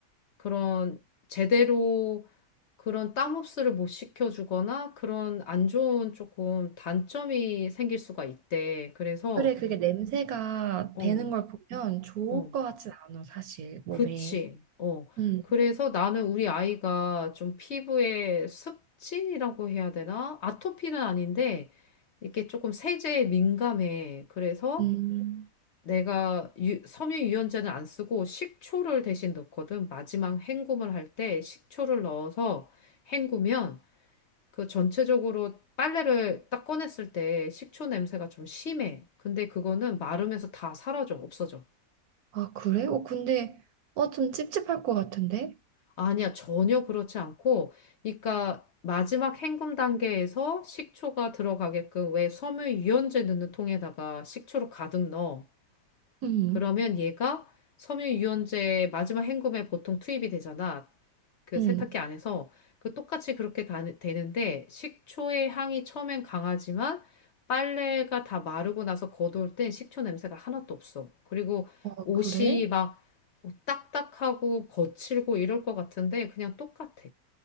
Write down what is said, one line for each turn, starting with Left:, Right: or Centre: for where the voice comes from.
Left: 그런 제대로 그런 땀 흡수를 못 시켜주거나 그런 안 좋은 조금 단점이 생길 수가 있대. 그래서
Right: 그래 그게 냄새가
Left: 어,
Right: 배는 걸 보면 좋을
Left: 어.
Right: 것 같진 않아 사실 몸에.
Left: 그치. 어.
Right: 음.
Left: 그래서 나는 우리 아이가 좀 피부에 습진이라고 해야 되나? 아토피는 아닌데, 이렇게 조금 세제에 민감해. 그래서
Right: 음.
Left: 내가 유- 섬유 유연제는 안 쓰고 식초를 대신 넣거든. 마지막 헹굼을 할 때 식초를 넣어서 헹구면 그 전체적으로 빨래를 딱 꺼냈을 때 식초 냄새가 좀 심해. 근데 그거는 마르면서 다 사라져, 없어져.
Right: 아 그래? 어 근데 어 좀 찝찝할 것 같은데?
Left: 아니야, 전혀 그렇지 않고, 그러니까 마지막 헹굼 단계에서 식초가 들어가게끔 왜 섬유유연제 넣는 통에다가 식초를 가득 넣어.
Right: 음.
Left: 그러면 얘가 섬유유연제 마지막 헹굼에 보통 투입이 되잖아. 그
Right: 음.
Left: 세탁기 안에서 그 똑같이 그렇게 다, 되는데 식초의 향이 처음엔 강하지만 빨래가 다 마르고 나서 걷어올 땐 식초 냄새가 하나도 없어. 그리고
Right: 어
Left: 옷이
Right: 그래?
Left: 막 딱딱하고 거칠고 이럴 것 같은데 그냥 똑같아.